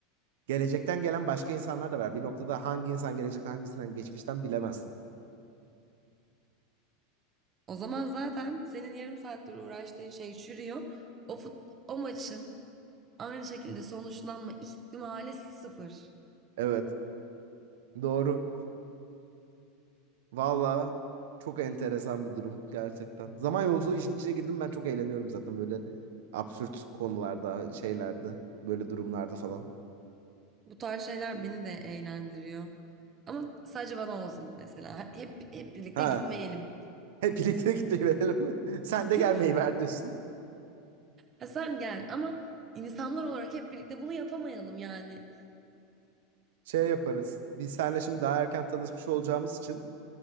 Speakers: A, on the right; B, on the right.
A: Gelecekten gelen başka insanlar da var. Bir noktada hangi insan gelecekten hangisinden geçmişten bilemezsin.
B: O zaman zaten senin yarım saattir uğraştığın şey çürüyor. O fut, o maçın aynı şekilde sonuçlanma ihtimali sıfır.
A: Evet. Doğru. Valla çok enteresan bir durum gerçekten. Zaman yolculuğu işin içine girdim ben çok eğleniyorum zaten böyle absürt konularda, şeylerde, böyle durumlarda falan.
B: Bu tarz şeyler beni de eğlendiriyor. Ama sadece bana olsun mesela. Hep hep birlikte
A: Ha,
B: gitmeyelim.
A: hep birlikte gitmeyi verelim. <laughs> Sen de
B: <laughs>
A: gelmeyi ver diyorsun.
B: Ha, sen gel ama insanlar olarak hep birlikte bunu yapamayalım yani.
A: Şey yaparız. Biz seninle şimdi daha erken tanışmış olacağımız için